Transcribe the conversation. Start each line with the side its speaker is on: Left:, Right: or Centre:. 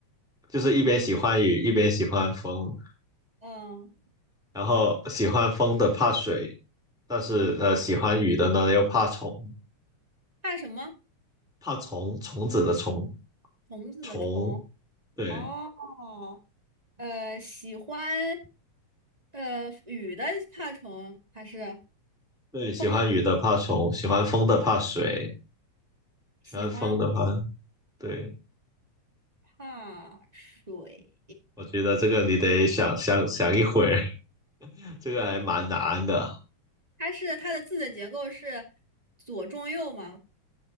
Centre: 就是一边喜欢雨，一边喜欢风。
Right: 嗯、
Centre: 然后喜欢风的怕水，但是呃喜欢雨的呢又怕虫，
Right: 看什么？
Centre: 怕虫，虫子的虫，
Right: 虫子的虫，
Centre: 虫，对。
Right: 哦，呃，喜欢呃雨的怕虫还是
Centre: 对，喜欢雨的怕虫，
Right: 风的？
Centre: 喜欢风的怕水，
Right: 喜欢
Centre: 喜欢风的怕……对，
Right: 怕水，
Centre: 我觉得这个你得想想想一会儿，<laughs> 这个还蛮难的。
Right: 它是它的字的结构是左中右吗？